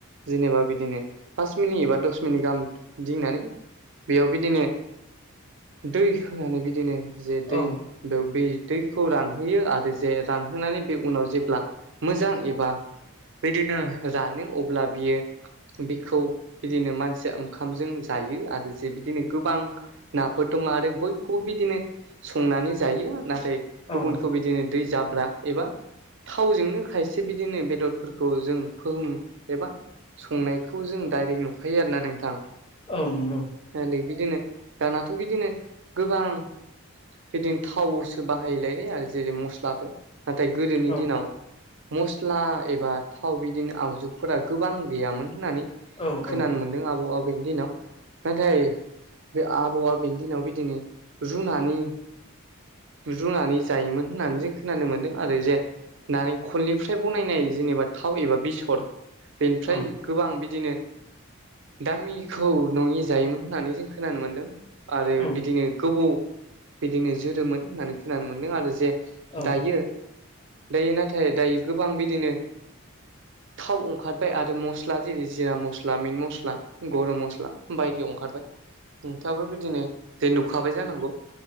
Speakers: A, on the right (about 60°); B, on the left (about 25°).
A: जेनेबा बिदिनो पास मिनिट एबा दस मिनिट गाहाम दिंनानै बेयाव बिदिनो दै होनानै बिदिनो जे दै
B: औ
A: बेयाव बे दैखौ रानहोयो आरो जे रानहोनानै बे उनाव जेब्ला मोजां एबा बिदिनो जानो अब्ला बियो बिखौ बिदिनो मानसिया ओंखामजों जायो आरो जे बिदिनो गोबां नाफोर दङ आरो बयखौबो बिदिनो संनानै जायो नाथाय
B: औ
A: गुबुनखौ बिदिनो दै जाब्रा एबा थावजोंनो खायसे बिदिनो बेदरफोरखौ जों फोहोम एबा संनायखौ जों डाइरेक्ट नुखायो आरो ना नोंथां।
B: औ नंगौ
A: नाथाय बिदिनो दानाथ' बिदिनो गोबां बिदिनो थावसो बाहायोलाय आरो जेरै मस्लाफोर नाथाय गोदोनि
B: औ
A: दिनाव मस्ला एबा थाव बिदिनो आगजुफोरा गोबां गैयामोन होननानै
B: औ
A: खोनानो
B: औ
A: मोनदों आबौ आबैनि दिनाव। नाथाय बे आबौआ बेनि दिनाव बिदिनो रुनानै रुनानै जायोमोन होननानै जों खोनानो मोन्दों आरो जे नारेंखलनिफ्राय बनायनाय जेनेबा थाव एबा बेसर बेनिफ्राय
B: औ
A: गोबां बिदिनो दामिखौ नङि जायोमोन होननानै जों खोनानो मोन्दों आरो
B: औ
A: बिदिनो गोबौ बिदिनो जोरोमोन होननानै खोनानो मोनदों आरो जे
B: औ
A: दायो दायो नाथाय दायो गोबां बिदिनो थाव ओंखारबाय आरो मस्ला जेरै जिरा मस्ला मिट मस्ला गरम मस्ला बायदि ओंखारबाय नोंथाङाबो बिदिनो जे नुखाबाय जानांगौ